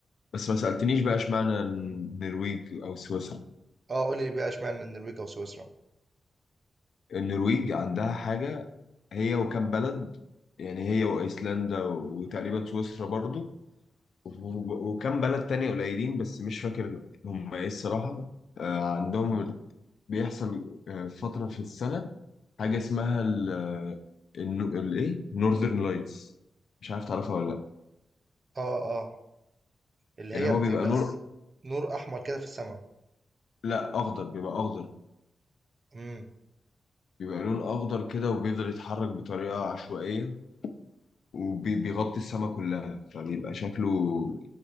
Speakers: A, on the left (about 75°); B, on the right (about 45°).
A: بس ما سألتنيش بقى اشمعنى النرويج او سويسرا
B: اه قول لي بقى اشمعنى النرويج او سويسرا
A: النرويج عندها حاجة هي وكم بلد يعني هي وايسلندا وتقريبا سويسرا برضو وف- وكم بلد تاني قليلين بس مش فاكر هم ايه الصراحة آه عندهم بيحصل آه، فترة في السنة حاجة اسمها ال آه، النو- الايه نورذرن لايتس مش عارف تعرفها ولا لا
B: اه اه اللي هي
A: اللي هو
B: بتبقى
A: بيبقى نور
B: س- نور احمر كده في السماء
A: لا اخضر بيبقى اخضر
B: امم
A: بيبقى لون اخضر كده وبيفضل يتحرك بطريقة عشوائية وبيغطي السماء كلها فبيبقى شكله